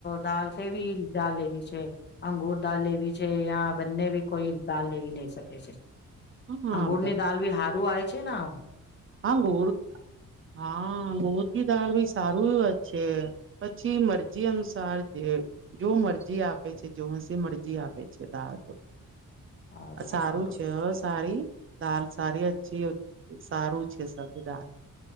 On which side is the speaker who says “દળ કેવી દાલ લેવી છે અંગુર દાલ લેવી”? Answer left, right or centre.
Left